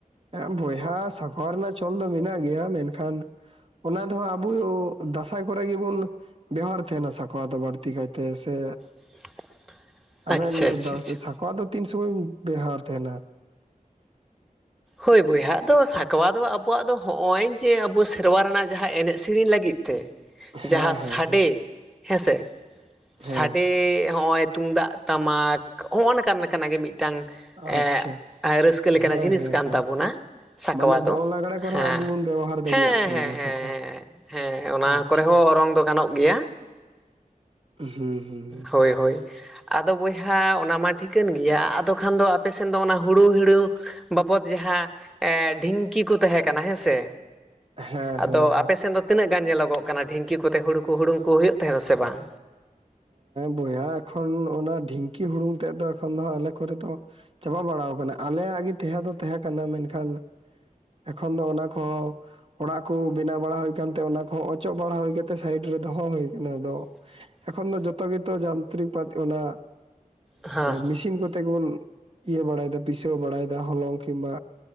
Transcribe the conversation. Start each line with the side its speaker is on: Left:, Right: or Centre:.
Right: ᱦᱮᱸ ᱵᱚᱭᱦᱟ ᱥᱟᱸᱠᱣᱟ ᱨᱮᱱᱟᱜ ᱪᱚᱞ ᱫᱚ ᱢᱮᱱᱟᱜ ᱜᱮᱭᱟ ᱢᱮᱱ ᱠᱷᱟᱱ ᱚᱱᱟ ᱫᱚ ᱦᱟᱜ ᱟᱵᱚ ᱫᱟᱸᱥᱟᱭ ᱠᱚ ᱨᱮ ᱜᱮᱵᱚᱱᱼᱼ ᱵᱮᱣᱦᱟᱨ ᱛᱟᱦᱮᱱᱟ ᱥᱟᱠᱚᱣᱟ ᱫᱚ ᱵᱟᱹᱲᱛᱤ ᱠᱟᱭ ᱛᱮ ᱥᱮᱼᱼ
Centre: <inaudible> ᱟᱪᱪᱷᱟ
Right: ᱟᱵᱮᱱ
Centre: ᱟᱪᱪᱷᱟ ᱟᱪᱪᱷᱟ
Right: ᱥᱟᱸᱠᱣᱟ ᱫᱚ ᱛᱤᱱ ᱥᱚᱢᱚᱭ ᱵᱮᱱ ᱵᱮᱣᱦᱟᱨ ᱛᱟᱦᱮᱱᱟ?
Centre: ᱦᱳᱭ ᱵᱚᱭᱦᱟ ᱫᱚ ᱥᱟᱸᱠᱣᱟ ᱫᱚ ᱟᱵᱚᱣᱟᱜ ᱫᱚ ᱦᱚᱜᱼᱚᱭ ᱡᱮ ᱟᱵᱚ ᱥᱮᱨᱣᱟ ᱨᱮᱱᱟᱜ ᱡᱟᱦᱟᱸ ᱮᱱᱮᱡ ᱥᱮᱨᱮᱧ ᱞᱟᱹᱜᱤᱫ ᱛᱮ
Right: ᱦᱮᱸ
Centre: ᱡᱟᱦᱟᱸ
Right: ᱦᱮᱸ
Centre: ᱥᱟᱰᱮ ᱦᱮᱸᱥᱮ᱾
Right: ᱦᱮᱸ
Centre: ᱥᱟᱰᱮ ᱦᱚᱸᱜᱼᱚᱭ ᱛᱩᱢᱫᱟᱜ ᱴᱟᱢᱟᱠ ᱦᱚᱸᱜᱼᱚ ᱱᱚᱝᱠᱟᱱᱟᱜ ᱜᱮ ᱢᱤᱫ ᱢᱤᱫᱴᱟᱝ
Right: ᱟᱪᱪᱷᱟ
Centre: ᱮ ᱨᱟᱹᱥᱠᱟᱹ ᱞᱮᱠᱟᱱᱟᱜ
Right: ᱦᱮᱸ
Centre: ᱡᱤᱱᱤᱥ
Right: ᱦᱮᱸ
Centre: ᱠᱟᱱ
Right: ᱦᱮᱸ
Centre: ᱛᱟᱵᱚᱱᱟ᱾ ᱥᱟᱸᱠᱣᱟ
Right: ᱢᱟᱱᱮ
Centre: ᱫᱚ
Right: ᱫᱚᱝ ᱞᱟᱜᱽᱲᱮ ᱠᱚᱨᱮ
Centre: ᱦᱮᱸ
Right: ᱟᱵᱚ ᱵᱚᱱ ᱵᱮᱵᱚᱦᱟᱨ
Centre: ᱦᱮᱸ
Right: ᱫᱟᱲᱮᱭᱟᱜ ᱛᱟᱦᱮᱱ
Centre: ᱦᱮᱸ ᱦᱮᱸ
Right: ᱜᱮᱭᱟ
Centre: ᱦᱮᱸ
Right: ᱥᱟᱠᱣᱟ
Centre: ᱦᱮᱸ ᱚᱱᱟ
Right: ᱟᱪᱪᱷᱟ
Centre: ᱠᱚᱨᱮ ᱦᱚᱸ ᱨᱚᱝ ᱫᱚ ᱜᱟᱱᱚᱜ ᱜᱮᱭᱟ,
Right: ᱦᱩᱸ ᱦᱩᱸ ᱦᱩᱸ
Centre: ᱦᱳᱭ ᱦᱳᱭ᱾ ᱟᱫᱚ ᱵᱚᱭᱦᱟ ᱚᱱᱟ ᱢᱟ ᱴᱷᱤᱠᱟᱹᱱ ᱜᱮᱭᱟ ᱟᱫᱚ ᱠᱷᱟᱱ ᱫᱚ ᱟᱯᱮ ᱥᱮᱱ ᱫᱚ ᱚᱱᱟ ᱦᱩᱲᱩ ᱦᱤᱲᱟᱹᱣ ᱵᱟᱵᱚᱫ ᱡᱟᱦᱟᱸ ᱰᱷᱤᱝᱠᱤ ᱠᱚ ᱛᱟᱦᱮᱸ ᱠᱟᱱᱟ ᱦᱮᱸ ᱥᱮ
Right: ᱦᱮᱸ
Centre: ᱟᱫᱚ
Right: ᱦᱮᱸ ᱦᱮᱸ
Centre: ᱟᱯᱮᱥᱮᱱ ᱫᱚ ᱛᱤᱱᱟᱹᱜ ᱜᱟᱱ ᱧᱮᱞᱚᱜ ᱠᱟᱱᱟ ᱰᱷᱤᱝᱠᱤ ᱠᱚᱛᱮ ᱦᱩᱲᱩ ᱠᱚ ᱦᱩᱲᱩᱝ ᱠᱚ ᱦᱩᱭᱩᱜ ᱛᱟᱦᱮᱱᱟ ᱥᱮ ᱵᱟᱝ?
Right: ᱵᱚᱭᱦᱟ ᱮᱠᱷᱚᱱ ᱚᱱᱟ ᱰᱷᱤᱝᱠᱤ ᱦᱩᱲᱩᱝ ᱛᱮᱫ ᱫᱚ ᱮᱠᱷᱚᱱ ᱫᱚ ᱟᱞᱮ ᱠᱚᱨᱮ ᱫᱚ ᱪᱟᱵᱟ ᱵᱟᱲᱟ ᱠᱟᱱᱟ ᱟᱞᱮᱭᱟᱜ ᱜᱮ ᱛᱟᱦᱮᱸ ᱫᱚ ᱛᱟᱦᱮᱸ ᱠᱟᱱᱟ ᱢᱮᱱᱠᱷᱟᱱ ᱮᱠᱷᱚᱱ ᱫᱚ ᱚᱱᱟ ᱠᱚᱦᱚᱸ ᱚᱲᱟᱜ ᱠᱚ ᱵᱮᱱᱟᱣ ᱵᱟᱲᱟ ᱦᱳᱭ ᱠᱟᱱᱛᱮ ᱚᱱᱟ ᱠᱚᱦᱚᱸ ᱚᱪᱚᱜ ᱵᱟᱲᱟ ᱦᱩᱭ ᱠᱟᱛᱮ ᱥᱟᱭᱤᱰ ᱨᱮ ᱫᱚᱦᱚ ᱦᱳᱭ ᱠᱟᱱᱟ ᱟᱫᱚ
Centre: <inaudible>
Right: ᱮᱠᱷᱚᱱ ᱫᱚ ᱡᱚᱛᱚ ᱜᱮᱛᱚ ᱡᱟᱱᱛᱨᱤᱠ ᱯᱟᱛᱤ ᱚᱱᱟ
Centre: ᱦᱮᱸ
Right: ᱢᱮᱥᱤᱱ ᱠᱚᱛᱮ ᱜᱮᱵᱚᱱ ᱤᱭᱟᱹ ᱵᱟᱲᱟᱭᱮᱫᱟ ᱯᱤᱥᱟᱹᱣ ᱵᱟᱲᱟᱭᱮᱫᱟ ᱦᱚᱞᱚᱝ ᱠᱤᱝᱵᱟ